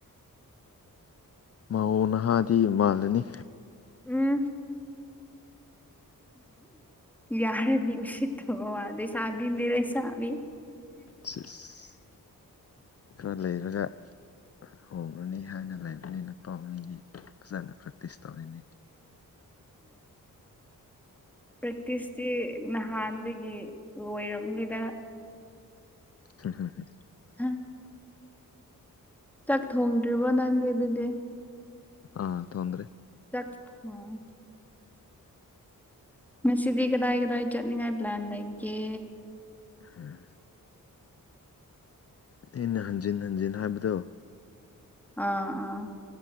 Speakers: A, on the left (about 45°); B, in the centre.
A: ꯃꯥꯎꯧ ꯅꯍꯥꯗꯤ ꯃꯥꯜꯂꯅꯤ
B: ꯎꯝ ꯌꯥꯔ ꯃꯤꯁꯤ ꯋꯥꯗꯦꯁꯕꯤ ꯃꯔꯦꯁꯥꯕꯤ
A: ꯁꯤꯁ ꯈꯔ ꯂꯩꯔꯒ ꯍꯣꯡꯡꯂꯅꯤ ꯍꯥꯏꯅ ꯂꯩꯔꯕꯅꯤꯅ ꯄꯥꯎꯃꯤꯗꯤ ꯐꯖꯅ ꯄ꯭ꯔꯦꯛꯇꯤꯁ ꯇꯧꯔꯤꯅꯤ
B: ꯄ꯭ꯔꯦꯛꯇꯤꯁꯇꯤ ꯅꯍꯥꯟꯗꯒꯤ ꯂꯣꯏꯔꯝꯅꯤꯗ
A: ꯍꯝ ꯍ ꯍ
B: ꯍꯥ ꯆꯥꯛ ꯊꯣꯡꯗ꯭ꯔꯤꯕꯣ ꯅꯪꯗꯤꯦ ꯑꯗꯨꯗꯤ
A: ꯑꯥ ꯇꯣꯟ꯭ꯔꯤ
B: ꯆꯠ ꯎꯝ ꯉꯁꯤꯗꯤ ꯀꯗꯥꯏ ꯀꯗꯥꯏ ꯆꯠꯅꯤꯡꯉꯥꯏ ꯄ꯭ꯂꯥꯟ ꯂꯩꯒꯦ
A: ꯎꯝ ꯑꯩꯅ ꯍꯟꯖꯤꯟ ꯍꯟꯖꯤꯟ ꯍꯥꯏꯕꯗꯣ
B: ꯑꯥ ꯑꯥ